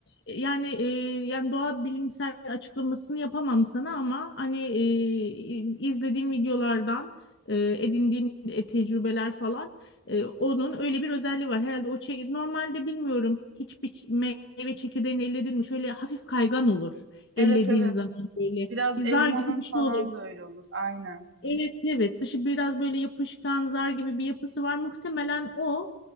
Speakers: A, on the left; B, on the right.
A: yani e, yani doğa bilimsel açıklamasını yapamam sana ama hani e, izlediğim videolardan e, edindiğim e, tecrübeler falan e, onun öyle bir özelliği var. Herhalde o çek normalde bilmiyorum hiçbir ç- meyve çekirdeğini elledin mi şöyle hafif kaygan olur
B: Evet
A: ellediğin
B: evet.
A: zaman böyle
B: Biraz
A: bir zar
B: elmanın
A: gibi bir şey
B: falan
A: olur.
B: da öyle olur. Aynen.
A: Evet evet dışı biraz böyle yapışkan zar gibi bir yapısı var. Muhtemelen o